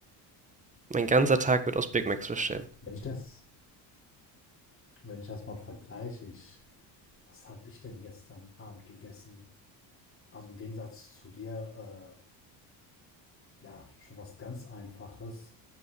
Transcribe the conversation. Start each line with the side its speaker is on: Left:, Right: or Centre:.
Right: Mein ganzer Tag wird aus Big Macs bestehen.
Left: Wenn ich das, wenn ich das mal vergleiche, ich, was habe ich denn gestern Abend gegessen? Also im Gegensatz zu dir, äh, ja, schon was ganz Einfaches.